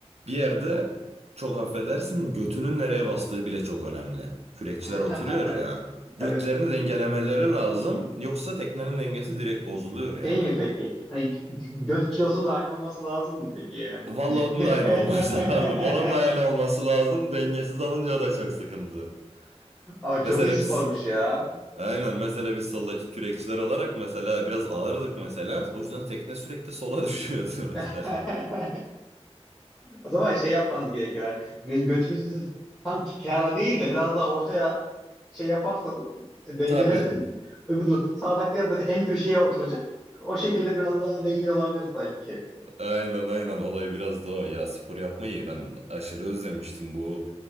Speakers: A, on the right; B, in the centre.
A: bir yerde çok affedersin götünün nereye bastığı bile çok önemli. Kürekçiler
B: <laughs>
A: oturuyor ya. Götlerini
B: Evet.
A: dengelemeleri lazım. Yoksa teknenin dengesi direkt bozuluyor yani.
B: Şey mi peki? Hani gö- göt kilosu da aynı olması lazım mı peki yani?
A: Vallahi onun
B: <laughs>
A: da aynı olması <laughs> lazım. Onun da aynı olması lazım. Dengesiz alınca o da çok sıkıntı.
B: Ama
A: Mesela
B: çok iyi spormuş
A: biz
B: ya.
A: Aynen mesela biz soldaki kürekçiler olarak mesela biraz ağırdık mesela. O yüzden tekne sürekli sola <laughs> düşüyordu mesela.
B: <laughs> O zaman şey yapmanız gerekiyor. Yani gö- götünüzü tam ki- kara değil de biraz daha ortaya şey yaparsanız e, dengelersiniz.
A: Tabii.
B: Öbür sağdakiler de en köşeye oturacak. O şekilde biraz daha dengeli olabilir sanki.
A: Aynen aynen olay biraz da o. Ya spor yapmayı ben aşırı özlemiştim. Bu